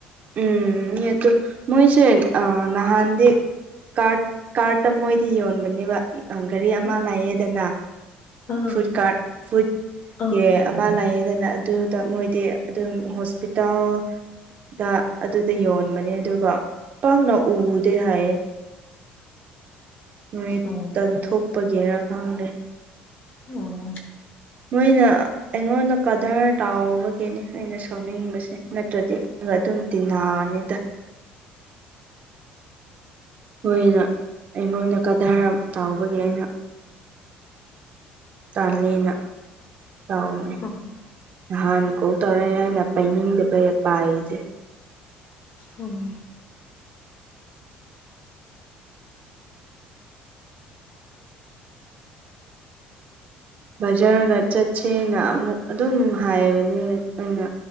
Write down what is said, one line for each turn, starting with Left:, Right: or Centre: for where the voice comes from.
Right: ꯑꯨꯝ ꯃꯤꯑꯇꯣ ꯃꯣꯏꯁꯦ ꯑ ꯅꯍꯥꯟꯗꯤ ꯀꯥꯔ ꯀꯥꯔꯠꯇ ꯃꯣꯏꯗꯤ ꯌꯣꯟꯕꯅꯦꯕ ꯒꯔꯤ ꯑꯃ
Left: ꯎꯝ
Right: ꯂꯩꯑꯦꯗꯅ
Left: ꯑꯥ
Right: ꯐꯨꯠ ꯀꯥꯔꯠ ꯐꯨꯠ
Left: ꯑꯥ
Right: ꯌꯦ ꯑꯃ ꯂꯩꯌꯦꯗꯅ ꯑꯗꯨꯗ ꯃꯣꯏꯗꯤ ꯑꯗꯨꯝ ꯍꯣꯁꯄꯤꯇꯥꯜ ꯗ ꯑꯗꯨꯗ ꯌꯣꯟꯕꯅꯦ ꯑꯗꯨꯒ ꯄꯥꯛꯅ ꯎꯗꯦ ꯍꯥꯏꯌꯦ ꯃꯣꯢ
Left: ꯎꯝ
Right: ꯇꯟꯊꯣꯛꯄꯒꯤꯔꯥ ꯈꯪꯗꯦ
Left: ꯎꯝ
Right: ꯃꯣꯏꯅ ꯑꯩꯉꯣꯟꯗ ꯀꯗꯥꯔ ꯇꯧꯕꯒꯤꯅꯦ ꯑꯩꯅ ꯁꯥꯎꯅꯤꯡꯕꯁꯦ ꯅꯠꯇ꯭ꯔꯗꯤ ꯍꯣꯢ ꯑꯗꯨꯝ ꯇꯤꯟꯅꯅꯤꯗ ꯃꯣꯏꯅ ꯑꯩꯉꯣꯟꯗ ꯀꯗꯥꯔ ꯇꯧꯕꯒꯤ ꯑꯩꯅ ꯇꯜꯂꯦꯅ ꯇꯧꯕꯅꯦ
Left: ꯎꯝ ꯎꯝ
Right: ꯅꯍꯥꯟ ꯀꯣꯜ ꯇꯧꯔꯛꯑꯦ ꯑꯩꯅ ꯄꯥꯏꯅꯤꯡꯗꯕꯒꯤ ꯄꯥꯏꯗꯦ
Left: ꯎꯝ ꯎꯝ
Right: ꯕꯖꯥꯔꯒ ꯆꯠꯁꯦꯅ ꯑꯃꯨꯛ ꯑꯗꯨꯝ ꯍꯥꯏꯕꯅꯦ ꯑꯩꯅ